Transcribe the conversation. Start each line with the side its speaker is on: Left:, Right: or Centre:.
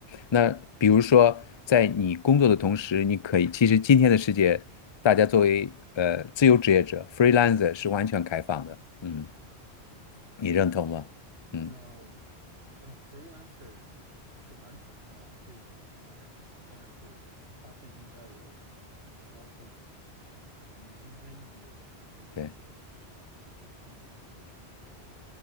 Left: 那比如说，在你工作的同时，你可以，其实今天的世界，大家作为呃自由职业者 freelancer 是完全开放的，嗯，你认同吗？嗯，
Right: 那我呃，freelancer 是完全开放，这一点我是蛮认同的，但是它毕竟带有极高的不稳定性吧。可能你今天你有你有一些事情要做，
Left: 对，
Right: 但是明天你就没有事情可做了。